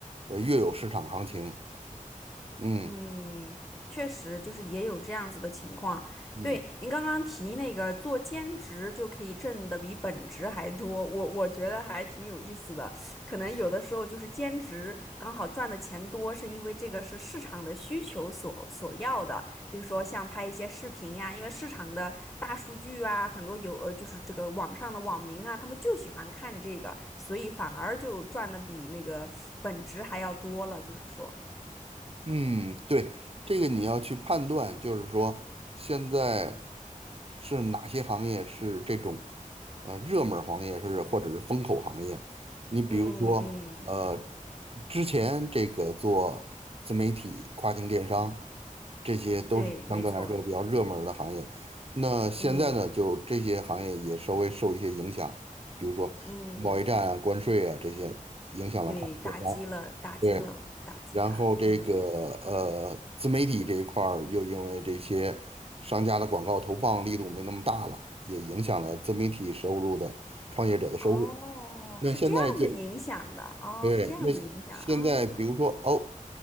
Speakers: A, on the right (about 45°); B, on the left (about 20°).
A: 呃越有市场行情。嗯
B: 嗯，确实就是也有这样子的情况。
A: 嗯。
B: 对，您刚刚提那个做兼职就可以挣的比本职还多，我我觉得还挺有意思的。可能有的时候就是兼职刚好赚的钱多，是因为这个是市场的需求所所要的，就是说像拍一些视频呀、因为市场的大数据啊，很多有呃就是这个网上的网民啊，他们就喜欢看这个，所以反而就赚的比那个本职还要多了，就是说，
A: 嗯，对，这个你要去判断，就是说现在是哪些行业是这种呃热门儿行业，是或者是风口行业。你比如说，
B: 嗯嗯。
A: 呃，之前这个做自媒体、跨境电商，这些都是相对来说比较热门儿的行业。
B: 对，没错，
A: 那现在呢，
B: 嗯
A: 就这些行业也稍微受一些影响，比如说贸易战啊、
B: 嗯，
A: 关税啊这些影响了跨境电商。
B: 对，打击了，打击了，
A: 对，
B: 打击他，
A: 然后这个呃自媒体这一块儿又因为这些商家的广告投放力度没那么大了，
B: 嗯，
A: 也影响了自媒体收入的创业者的收入。
B: 哦，
A: 那现在就
B: 是这样子影响的，哦，
A: 对，
B: 是这样子影响啊，
A: 那现在比如说哦，